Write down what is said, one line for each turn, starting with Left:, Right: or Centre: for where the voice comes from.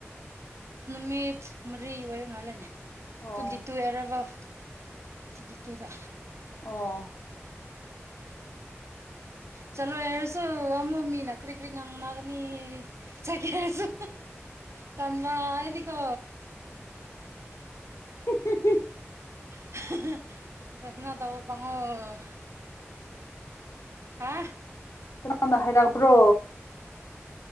Right: ꯅꯨꯃꯤꯠ ꯃꯔꯤ ꯑꯣꯏꯕ ꯃꯥꯜꯂꯦꯅꯦ
Left: ꯑꯣ
Right: ꯇ꯭ꯋꯦꯟꯇꯤ ꯇꯨ ꯑꯦꯔꯥꯏꯕꯜ ꯁꯤꯠꯇꯗ
Left: ꯑꯣ
Right: ꯆꯂꯣ ꯌꯦꯁꯨꯣ ꯑꯃꯣ ꯃꯤꯃꯤ ꯅꯀꯔꯤ ꯏ ꯀꯔꯤ ꯉꯪ ꯅꯒꯅꯤ ꯆꯒꯦꯁꯨ ꯇꯟꯋꯥ ꯏꯗꯤꯀꯣ
Left: <inaudible>
Right: <unintelligible> ꯁꯅ ꯇꯕꯨ ꯄꯉ ꯍꯥ
Left: ꯀꯅꯥꯅ ꯍꯥꯏꯔꯛꯄ꯭ꯔꯣ